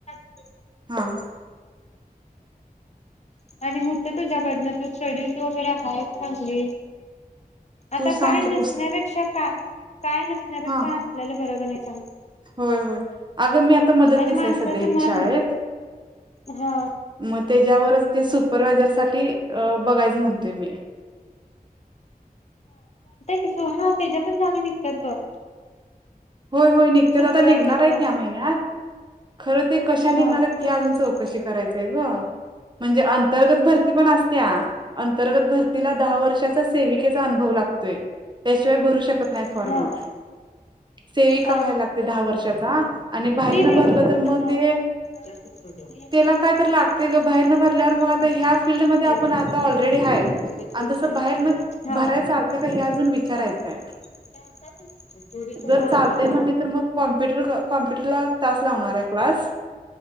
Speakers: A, on the left; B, on the right.
A: <inaudible> <inaudible>
B: हा
A: आणि होत तुझ्याकडंन तु स्टडीत वगैरे आहेत चांगली. आता
B: तू सांग
A: काय
B: की
A: नसण्यापेक्षा
B: पुस्
A: का काय नसण्यापेक्षा
B: हा
A: असलेलं बरं कणी. शा
B: होय होय. अगं मी आता मदतनीस
A: आणि माणसाचं
B: सध्या इथे
A: मन
B: शाळ ळेत
A: हा
B: मग त्याच्यावर सुपरवायझर साठी अ बघायच म्हणतोय मी.
A: ये सोहना त्याच्या पण जागा निघतात बघ.
B: होय होय, निघते
A: सुपरवायझरच्या
B: तर आता निघणार आहेत ह्या महिन्यात खरं ते कशा निघणार
A: हा
B: आहेत हे
A: हा
B: अजून चौकशी करायचय ग. म्हणजे अंतर्गत भरती पण असत्या, अंतर्गत भरतीला दहा वर्षाचा सेविकेचा अनुभव लागतोय, त्याशिवाय भरू शकत नाही
A: हा
B: फॉर्म.
A: हा
B: सेविका
A: हा
B: व्हायला लागतेय दहा वर्षाचा आणि बाहेर
A: ते वेग
B: भरलं तर
A: हा
B: मग ते
A: हा.
B: त्याला काय तर लागते ग बाहेर न भरल्यावर मग आता ह्या फील्डमध्ये आपण आता ऑलरेडी हाय आणि तसं बाहेर न भराय चालते का हे अजून विचारायचंय जर
A: हा हा
B: चालतेय म्हणले तर मग कॉम्पुटर कॉम्प्युटर ला तास लावणाराय क्लास.